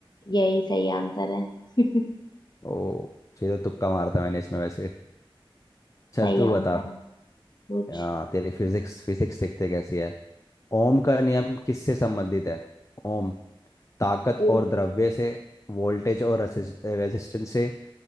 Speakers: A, on the left; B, on the left.
A: यही सही आंसर है <laughs>
B: ओ सीधे तुक्का मारा था मैंने इसमें वैसे चल
A: सही
B: तू
A: आंसर
B: बता
A: है पूछ
B: आ, तेरी फिजिक्स फिजिक्स देखते कैसी है ओम का नियम किससे संबंधित है ओम ताकत
A: ओ
B: और द्रव्य से वोल्टेज और रेजिस्टेंस से